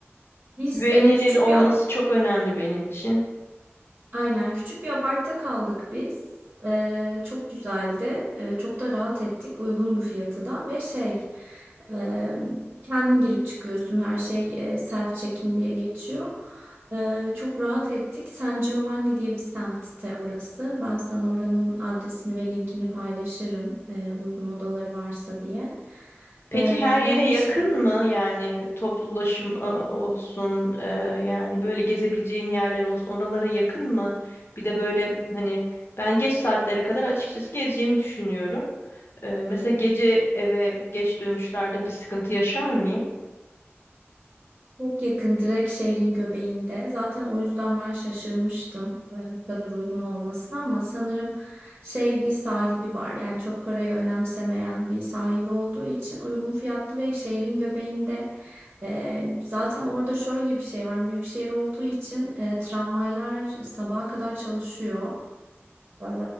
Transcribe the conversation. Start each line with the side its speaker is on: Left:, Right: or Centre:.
Right: Biz
Left: Güvenilir
Right: e, küçük
Left: olması
Right: bir
Left: çok önemli benim için.
Right: Aynen küçük bir apartta kaldık biz. Ee, çok güzeldi. Ee, çok da rahat ettik. Uygundu fiyatı da ve şey e, kendin girip çıkıyorsun. Her şey e, self check-in diye geçiyor. Ee, çok rahat ettik. San Giovanni diye bir semtte orası. Ben sana oranın adresini ve linkini paylaşırım. e, uygun odaları varsa diye.
Left: Peki
Right: Ee,
Left: her
Right: hem
Left: yere
Right: de
Left: yakın
Right: şey
Left: mı? Yani toplu ulaşım e, olsun, e, yani böyle gezebileceğim yerler olsun, oralara yakın mı? Bir de böyle hani ben geç saatlere kadar açıkçası gezeceğimi düşünüyorum. E, mesela gece eve geç dönüşlerde bir sıkıntı yaşar mıyım?
Right: Çok yakın, direkt şehrin göbeğinde. Zaten o yüzden ben şaşırmıştım e, bu kadar uygun olmasına ama sanırım şey bir sahibi var. Yani çok parayı önemsemeyen bir sahibi olduğu için uygun fiyatlı ve şehrin göbeğinde. E, zaten orada şöyle bir şey var. Büyük şehir olduğu için e, tramvaylar sabaha kadar çalışıyor. Ee,